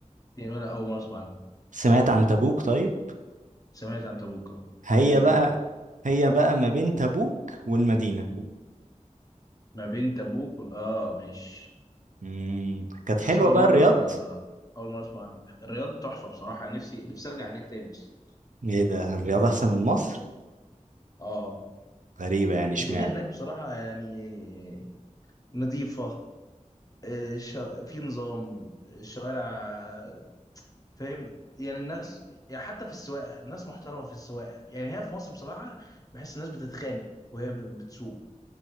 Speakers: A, on the left; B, on the right.
A: دي ولا أول مرة أسمع عنها
B: سمعت عن تبوك طيب
A: سمعت عن تبوك اه
B: هي
A: كده كده
B: بقى هي بقى ما بين تبوك والمدينه
A: ما بين تبوك وال... اه ماشي
B: امم كانت حلوه
A: بس أول
B: بقى
A: مرة
B: الرياض
A: آه، أول مرة أسمع عنها الرياض تحفة بصراحة نفسي نفسي أرجع هناك تاني أصلا
B: ايه ده الرياض احسن من مصر
A: اه
B: غريبه يعني اشمعنى
A: الدنيا هناك بصراحة يعني نظيفة آه، ش... في نظام الشوارع فاهم يعني الناس يعني حتى في السواقه الناس محترمه في السواقه يعني هي في مصر بصراحه بحس الناس بتتخانق وهي ب- بتسوق